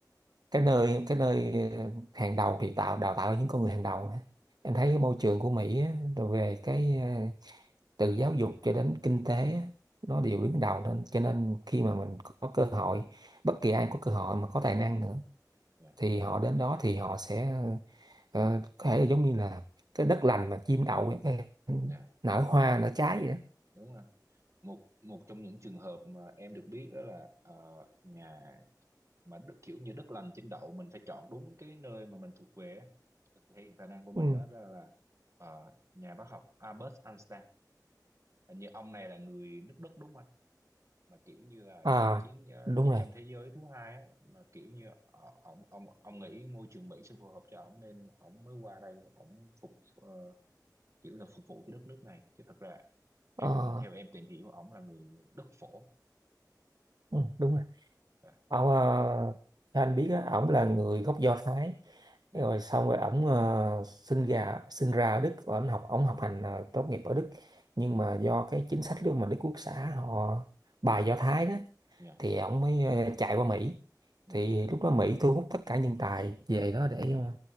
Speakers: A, on the right; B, on the right.
A: cái nơi cái nơi ờ, hàng đầu thì tạo đào tạo những con người hàng đầu á. em
B: Dạ
A: thấy cái môi
B: đúng rồi.
A: trường của Mỹ á, rồi về cái ờ, từ giáo dục cho đến kinh tế á, nó
B: dạ
A: đều đứng đầu nên cho nên khi mà mình có cơ hội bất kỳ ai có cơ hội mà có tài năng nữa
B: dạ
A: thì họ đến đó thì họ sẽ ờ, có thể là giống như là cái đất lành mà chim đậu ấy, cái
B: dạ
A: nở hoa nở trái vậy đó
B: đúng rồi một một trong những trường hợp mà em được biết đó là ờ, nhà mà đức kiểu như đất lành trên đậu mình phải chọn đúng cái nơi mà mình thuộc về á. hiện tài năng của mình
A: ừ.
B: đó là, là ờ, nhà bác học Albert Einstein hình như ông này là người nước Đức đúng không anh mà kiểu như là
A: à
B: trong chiến ờ,
A: đúng
B: chiến
A: rồi
B: tranh thế giới thứ hai á, mà kiểu như ờ, ông ông ông nghĩ môi trường Mỹ sẽ phù hợp cho ông nên ông mới qua đây ông phục ờ, kiểu là phục vụ cho đất nước này chứ thật ra
A: Ờ,
B: em theo em tìm hiểu ông là người đất phổ
A: Ừ,
B: ừ.
A: đúng rồi
B: dạ
A: ông ờ, theo anh biết á ổng là người gốc Do Thái
B: dạ
A: rồi xong rồi ổng ờ, sinh ra sinh ra ở Đức và ổng học ổng học hành ờ, tốt nghiệp ở Đức nhưng
B: ừ.
A: mà do cái chính sách luôn mà Đức Quốc xã họ bài
B: dạ
A: Do Thái đó
B: dạ
A: thì ổng mới ờ, chạy qua Mỹ
B: ừ.
A: thì lúc đó Mỹ thu hút tất cả nhân tài về đó để
B: ừ.
A: ờ,